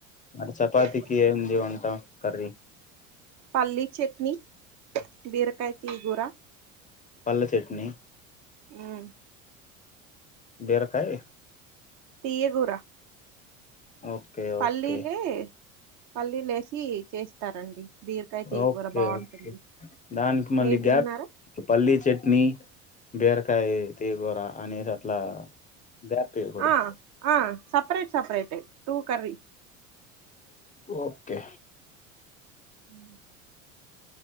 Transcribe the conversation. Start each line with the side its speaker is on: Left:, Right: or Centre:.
Left: మరి చపాతికి
Right: చేస్తున్నాను
Left: ఏముంది వంట కర్రీ
Right: పల్లీ చట్నీ బీరకాయ తీయ గూర
Left: పల్లి చట్నీ
Right: ఉమ్
Left: బీరకాయ్
Right: తీయ గూర
Left: ఓకే
Right: పల్లీలే
Left: ఓకే
Right: పల్లీలేసి చేస్తారండి బీరకాయ తీయకూర
Left: ఓకే
Right: బాగుంటుంది
Left: ఓకే దానికి మళ్ళీ
Right: మీరు
Left: గ్యాప్
Right: తిన్నారా
Left: పల్లీ చట్నీ బీరకాయ తీయ గూర అనేది అట్లా గ్యాప్ ఇయ్యకూడదు
Right: ఆ ఆ సపరేట్ సపరేటె ఏ టూ కర్రీ
Left: ఓకే
Right: ఉమ్